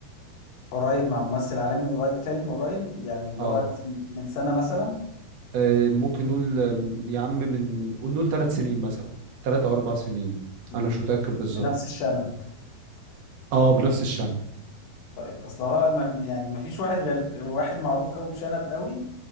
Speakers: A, on the left; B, on the right.
A: قريب مع ممثل عالمي قريب فيلم قريب يعني اللي
B: اه
A: هو نزل من سنة مثلا
B: آه، ممكن نقول آه، يا عم من قول نقول ثلاث سنين مثلا ثلاث او اربع سنين
A: امم
B: انا مش متاكد بالظبط
A: بنفس الشنب
B: اه بنفس الشنب
A: طيب اصل هو ما يعني ما فيش واحد غير واحد معروف قوي بشنب قوي